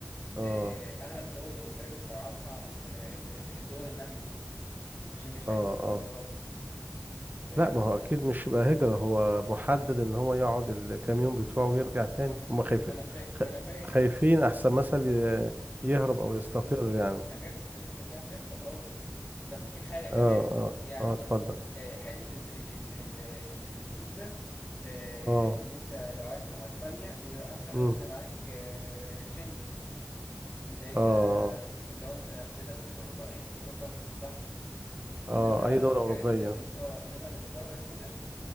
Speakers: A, on the right; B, on the left.
A: اه
B: آه أغلب الدول الأوروبية بتصعبها على ال- ال- ال- الدول النامية عشان مش عايزين
A: اه
B: الهجرات
A: اه
B: فاهم؟
A: لا ما هو اكيد مش بقى هجره هو محدد ان هو يقعد الكام يوم بتوعه ويرجع تاني
B: ما
A: هما خايفين
B: ما أنا فا...
A: خ-
B: ما أنا فاهم
A: خايفين احسن مثل ي- يهرب او
B: آه،
A: يستقر يعني
B: حاجات حاجات من كده بتحصل أه بس في حاجة كمان
A: اه اه
B: يعني
A: اه اتفضل
B: آه، حتة ال ال ال ال ال الفيزا آه،
A: اه
B: ان انت لو عايز تروح اسبانيا بتبقى اسهل
A: امم
B: لو انت معاك آه، شنجن اللي هي
A: اه
B: اللي هو انت بتقدر تسافر اوروبا اي حته في اوروبا براحتك
A: اه
B: انما
A: اي دوله
B: للحاجات
A: اوروبيه
B: اللي اللي- اه انما اللي بره كده